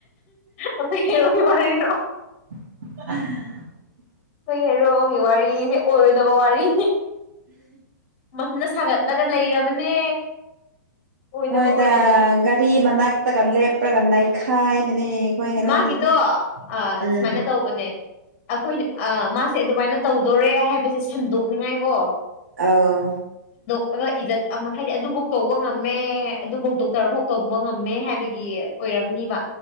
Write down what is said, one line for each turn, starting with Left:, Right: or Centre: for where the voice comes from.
Left: ꯑꯈꯣꯏ ꯍꯦꯔꯣꯒꯤ ꯋꯥꯔꯤꯗꯣ
Right: <inaudible>
Left: ꯈꯣꯏꯍꯦꯔꯣꯒꯤ ꯋꯥꯔꯤꯁꯦ ꯑꯣꯏꯔꯣꯏꯗꯕ ꯋꯥꯔꯤ ꯃꯊꯟꯇ ꯁꯥꯒꯠꯂꯒ ꯂꯩꯔꯕꯅꯦ ꯑꯣꯏꯗꯕ
Right: ꯍꯣꯏꯗ
Left: ꯑꯣꯏꯗꯕꯗ
Right: ꯒꯥꯔꯤ ꯃꯅꯥꯛꯇꯒ ꯂꯦꯞꯄ꯭ꯔꯒ ꯅꯩꯈꯥꯏꯕꯅꯦ ꯑꯩꯈꯣꯏ ꯍꯦꯔꯣꯗꯨꯗꯤ
Left: ꯃꯥꯒꯤꯗꯣ ꯑꯥ
Right: ꯎꯝ
Left: ꯁꯨꯃꯥꯏꯅ ꯇꯧꯕꯅꯦ ꯑꯩꯈꯣꯏꯅ ꯑꯥ ꯃꯥꯁꯦ ꯑꯗꯨꯃꯥꯏꯅ ꯇꯧꯗꯣꯔꯦ ꯍꯥꯏꯕꯁꯦ ꯁꯟꯗꯣꯛꯅꯤꯡꯉꯥꯏꯀꯣ
Right: ꯑꯧ
Left: ꯑꯣꯏ ꯏꯖꯠ ꯑꯃ ꯍꯥꯏꯗꯤ ꯑꯗꯨꯐꯧ ꯇꯧꯕ ꯉꯝꯃꯦ ꯑꯗꯨꯐꯧ ꯗꯣꯛꯇꯔꯐꯥꯎ ꯇꯧꯕ ꯉꯝꯃꯦ ꯍꯥꯏꯕꯒꯤ ꯑꯣꯏ ꯑꯣꯔꯝꯅꯤꯕ